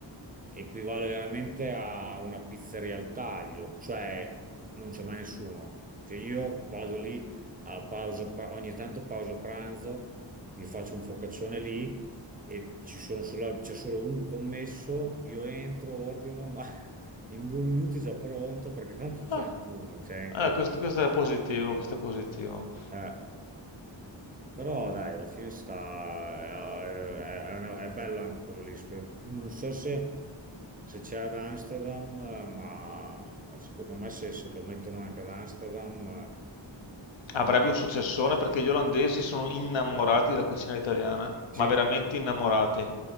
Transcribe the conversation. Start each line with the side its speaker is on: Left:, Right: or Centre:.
Right: equivale veramente a una pizzeria al taglio, cioè non c'è mai nessuno. Cioè io vado lì a pausa, pra- ogni tanto pausa pranzo, mi faccio un focaccione lì e ci sono solo- c'è solo un commesso, io entro, ordino, ma <laughs> in due minuti è già pronto perché tanto non c'è
Left: Ah,
Right: nessuno, cioè è incredibile.
Left: eh, questo, questo è positivo, questo è positivo.
Right: Eh. Però dai, alla fine sta, eh, è, è una- è bello anche quello lì. Sp- Non so se, se c'è ad Amsterdam, eh, ma secondo me se, se lo mettono anche ad Amsterdam,
Left: Avrebbe
Right: eh, in-
Left: un successone perché gli olandesi sono innamorati della cucina italiana,
Right: sì,
Left: ma veramente innamorati.